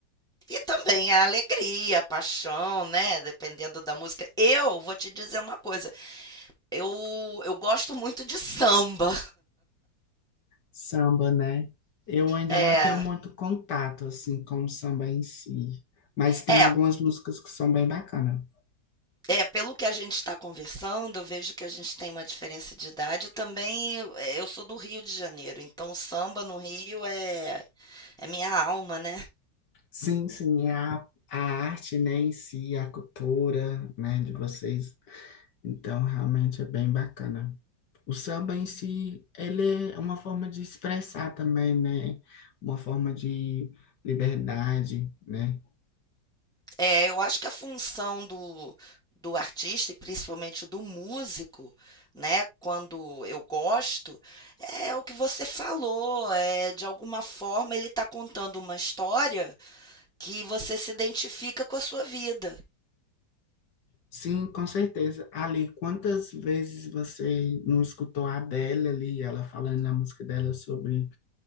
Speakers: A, in the centre; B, on the left (about 65°).
A: E também a alegria, a paixão, né? Dependendo da música. Eu vou te dizer uma coisa. Eu, eu gosto muito de samba.
B: Samba, né? Eu ainda
A: É,
B: não tenho muito contato assim com o samba em si, mas tem
A: é,
B: algumas músicas que são bem bacanas.
A: é, pelo que a gente está conversando, eu vejo que a gente tem uma diferença de idade. Também eu, eu sou do Rio de Janeiro, então o samba no Rio é, é minha alma, né?
B: Sim, sim, é a, a arte, né, em si, a cultura, né, de vocês Então, realmente é bem bacana. O samba em si, ele é uma forma de expressar também, né? Uma forma de liberdade, né?
A: É, eu acho que a função do, do artista e principalmente do músico, né, quando eu gosto, é o que você falou, é de alguma forma ele está contando uma história que você se identifica com a sua vida.
B: Sim, com certeza. Ali, quantas vezes você não escutou a Adele ali, ela falando na música dela sobre